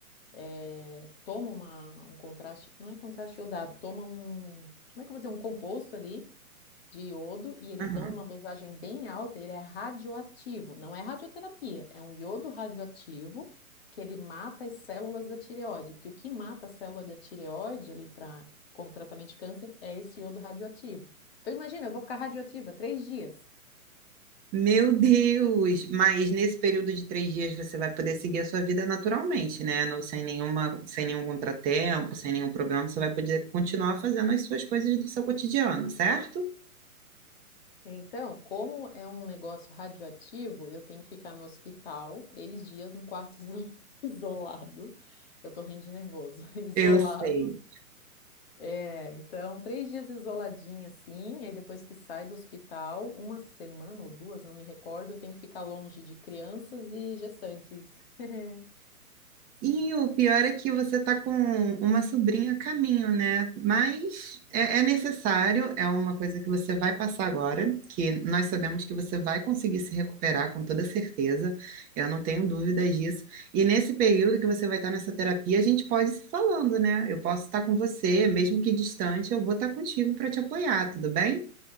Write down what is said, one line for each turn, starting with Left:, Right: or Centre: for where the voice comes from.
Left: eh, toma uma, um contraste, não é contraste iodado, toma um, como é que eu vou dizer, um composto ali, de iodo e eles
Right: Aham.
Left: dão uma dosagem bem alta, ele é radioativo. Não é radioterapia, é um iodo radioativo que ele mata as células da tireoide, porque o que mata a célula da tireoide ali para como tratamento de câncer é esse iodo radioativo. Então imagina, eu vou ficar radioativa três dias.
Right: Meu Deus! Mas nesse período de três dias você vai poder seguir a sua vida naturalmente, né? Não, sem nenhuma, sem nenhum contratempo, sem nenhum problema, você vai poder continuar fazendo as suas coisas do seu cotidiano, certo?
Left: Então, como é um negócio radioativo, eu tenho que ficar no hospital três dias num quarto <laughs> isolado. Eu tô rindo de nervoso. <laughs> Isolado
Right: Eu sei.
Left: É, então, três dias isoladinha, assim, e aí depois que sai do hospital, uma semana ou duas, não me recordo, eu tenho que ficar longe de crianças e gestantes. <laughs>
Right: E o pior é que você está com uma sobrinha a caminho, né? Mas é, é necessário, é uma coisa que você vai passar agora, que nós sabemos que você vai conseguir se recuperar com toda certeza, eu não tenho dúvidas disso. E nesse período que você vai estar nessa terapia, a gente pode ir se falando, né? Eu posso estar com você, mesmo que distante, eu vou estar contigo para te apoiar, tudo bem?